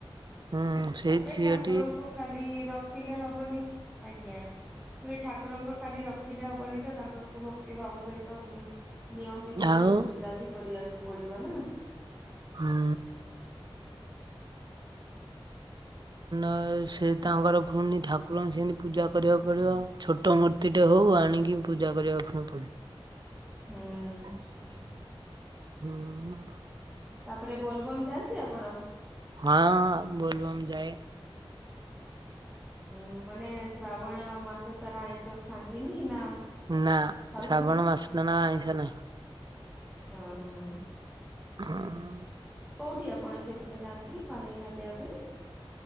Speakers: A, on the right; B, in the centre.
A: ହୁଁ ସେଇଛି
B: ତାପରେ ଠାକୁରଙ୍କୁ ଖାଲି ରଖିଲେ ହବନି ଆଜ୍ଞା ଠାକୁରଙ୍କୁ ଖାଲି ରଖିଲେ ହବନି ତ ତାଙ୍କର କ ଭକ୍ତି ଭାବ ସହିତ ନିୟମ ବିଧି ସହିତ
A: ଆଉ
B: ପୂଜା ବି କରିବାକୁ ପଡିବ ନା
A: ହୁଁ ଆ ସେ ତାଙ୍କର ପୁଣି ଠାକୁରଙ୍କୁ ସେମିତି ପୂଜା କରିବାକୁ ପଡ଼ିବ ଛୋଟ ମୋଟ ତିଟେ ହଉ ଆଣିକି ପୂଜା କରିବାକୁ ପୁଣି ପଡ଼ିବ
B: ହୁଁ
A: ହୁଁ
B: ତାପରେ ବୋଲବମ୍ ଯାଆନ୍ତି ଆପଣ
A: ହଁ ବୋଲବମ୍ ଯାଏ
B: ଉଁ ମାନେ ଶ୍ରାବଣ ମାସ ସାରା ଆଇଁଷ ଖାଆନ୍ତିନି ନା
A: ନା
B: ଖାଉଛନ୍ତି?
A: ଶାବଣ ମାସଟ ନା ଆଇଁଷା ନାହିଁ
B: ହୁଁ ହୁଁ
A: ହୁଁ
B: କୋଉଠି ଆପଣ ସେପଟେ ଯାଆନ୍ତି ପାଣି ଢାଲିବା ପାଇଁ